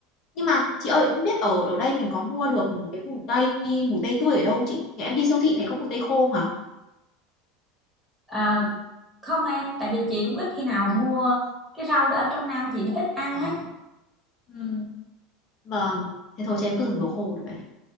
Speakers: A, on the left; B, in the centre.
A: nhưng mà chị ơi không biết ở ở đây mình có mua được cái mùi tây mùi tây tươi ở đâu không chị nhà em đi siêu thị thấy có mùi tây khô mà
B: là không em tại vì chị cũng ít khi nào mua cái rau đó ở trong Nam chị nó ít ăn
A: ờ
B: á
A: ừm, vâng thế thôi cho em cứ dùng đồ khô được vậy